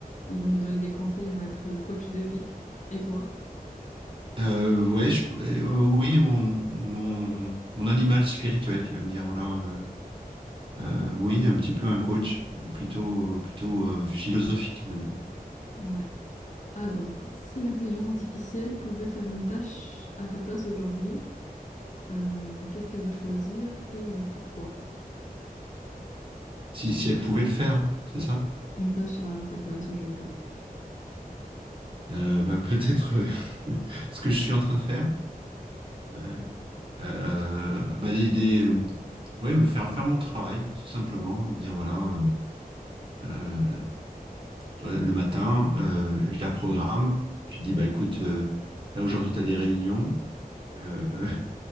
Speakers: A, on the left (about 50°); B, on the right (about 35°).
A: Il va me donner des conseils, il va être coach de vie. Et toi?
B: Euh, ouais, je- euh, oui, mon, mon, mon animal spirituel qui va me dire, voilà, euh, euh, oui, un petit peu un coach, ou plutôt, plutôt euh, philosophique, on va dire.
A: Ouais. Alors, si l'intelligence artificielle pouvait faire une tâche à ta place aujourd'hui, euh, qu'est-ce qu'elle va choisir et euh, pourquoi?
B: Si, si elle pouvait le faire, c'est ça?
A: Une tâche à ta place aujourd'hui.
B: Euh, bah, peut-être euh, <laughs> ce que je suis en train de faire. Euh, euh, bah, des, des, euh, ouais, me faire faire mon travail, tout simplement. Dire, voilà, euh, euh, tu vois, le matin, euh, je la programme, je lui dis, bah, écoute, euh, là aujourd'hui, tu as des réunions. Euh,